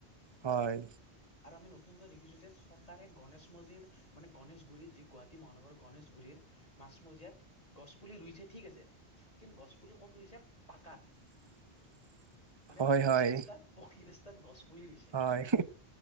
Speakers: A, on the right; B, on the left.
A: হয়।
B: আৰু আমি নতুনকৈ দেখিছোঁ যে চৰকাৰে গণেশ মজিৰ মানে গণেশগুৰিৰ যি গুৱাহাটী মহানগৰৰ গণেশগুৰিৰ মাছমজিয়াত গছপুলি ৰুইছে ঠিক আছে কিন্তু গছপুলি ক'ত ৰুইছে পাকাত
A: <inaudible>
B: মানে
A: হয়,
B: পকী
A: হয়,
B: ৰাস্তাত- পকী ৰাস্তাত গছ পুলি ৰুইছে।
A: হয়।